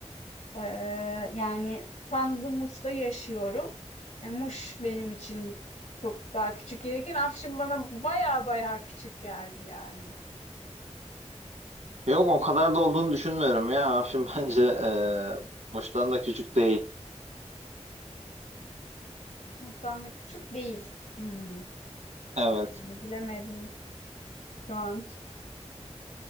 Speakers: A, on the left; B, on the right.
A: Eee, yani şu anda Muş'ta yaşıyorum. E, Muş benim için çok daha küçük gelirken Afşin bana baya baya küçük geldi yani.
B: Yok o kadar da olduğunu düşünmüyorum ya. Afşin <laughs> bence e, Muş'tan da küçük değil.
A: Muş'tan da küçük değil. Hmm,
B: Evet.
A: yani bilemedim şu an.